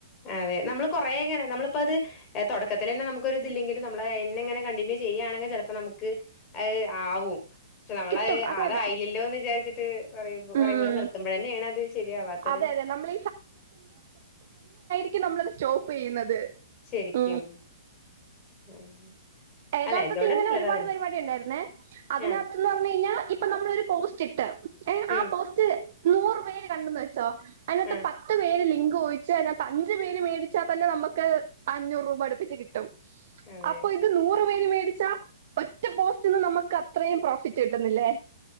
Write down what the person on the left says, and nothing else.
അതെ നമ്മള് കുറെ എങ്ങനെ നമ്മളിപ്പോ അത് തുടക്കത്തി തന്നെ നമുക്ക് ഒരു ഇതില്ലെങ്കിലും നമ്മള്െ എങ്ങനെ കണ്ടിന്യൂ ചെയ്യയാണെങ്കിൽ ചിലപ്പോ നമുക്ക് ആവും പക്ഷെ നമ്മൾ
അതായില്ലല്ലോ
എന്ന് വിചാരിച്ചിട്ട് പറ പറയുമ്പോലെ
നിർത്തുമ്പോൾ തന്നെയാണ് അത് ശെരിയാവാത്തത്
ശരിക്കും.
ഉം
അല്ല എന്തോണ്ടും
നല്ലത്
അതന്നെ.
ആഹ്.
ആം
ആഹ്.
അതെ.